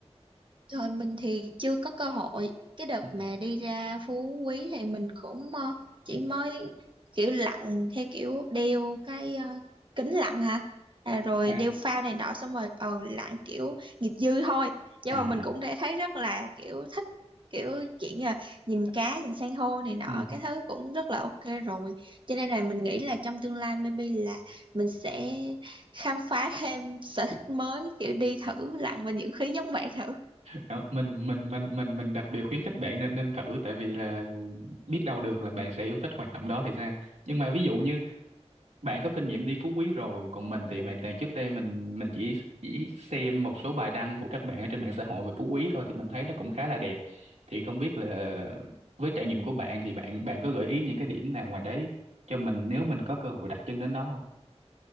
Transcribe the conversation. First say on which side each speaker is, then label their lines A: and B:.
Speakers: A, on the right; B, on the right.
A: Rồi mình thì chưa có cơ hội. Cái đợt
B: Ừ.
A: mà đi ra Phú Quý thì mình cũng ờ, chỉ mới kiểu lặn theo kiểu đeo cái ờ, kính lặn hả? À, rồi
B: à
A: đeo phao này nọ xong rồi ờ lặn kiểu nghiệp dư thôi. Nhưng
B: à
A: mà
B: à.
A: mình cũng đã thấy rất là kiểu thích kiểu chuyện là nhìn cá, nhìn san hô này nọ
B: Ừ.
A: cái thứ cũng rất là ok rồi. Cho nên là mình nghĩ là trong tương lai maybe là mình sẽ khám phá thêm sở thích mới kiểu đi thử lặn và những khí giống bạn thử.
B: Đó, mình mình mình mình mình đặc biệt khuyến khích bạn nên nên thử tại vì là biết đâu được là bạn sẽ yêu thích hoạt động đó thì sao nhưng mà ví dụ như bạn có kinh nghiệm đi Phú Quý rồi còn mình thì hoàn toàn trước đây mình mình chỉ chỉ xem một số bài đăng của các bạn ở trên mạng xã hội về Phú Quý thôi thì mình thấy nó cũng khá là đẹp thì không biết là với trải nghiệm của bạn thì bạn bạn có gợi ý những cái điểm nào ngoài đấy cho mình nếu mình có cơ hội đặt chân đến đó không